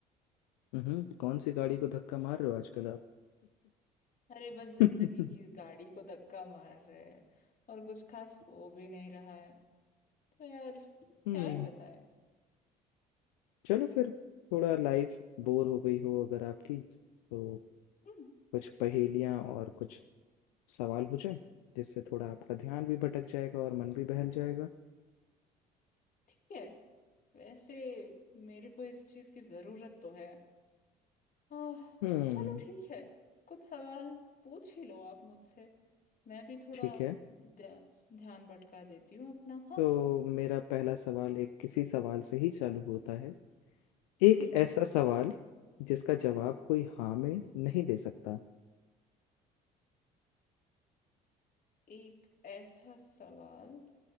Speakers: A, on the left (about 75°); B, on the left (about 40°).
A: हम्म कौन सी गाड़ी को धक्का मार रहे हो आजकल आप
B: अरे बस जिंदगी
A: <laughs>
B: की गाड़ी को धक्का मार रहे हैं और कुछ खास हो भी नहीं रहा है तो यार
A: हम्म
B: क्या ही बताए
A: चलो फिर थोड़ा लाइफ बोर हो गई हो अगर आपकी तो
B: हम्म
A: कुछ पहेलियां और कुछ सवाल हो जाए जिससे थोड़ा आपका ध्यान भी भटक जाएगा और मन भी बहल जाएगा
B: ठीक है वैसे मेरे को इस चीज की जरूरत तो है आह
A: हम्म
B: चलो ठीक है कुछ सवाल पूछ ही लो आप मुझसे मैं भी थोड़ा
A: ठीक है
B: ध्या- ध्यान भटका देती हूँ अपना हाँ
A: तो मेरा पहला सवाल एक किसी सवाल से ही चालू होता है
B: हम्म
A: एक ऐसा सवाल जिसका जवाब कोई हाँ में नहीं दे सकता
B: एक ऐसा सवाल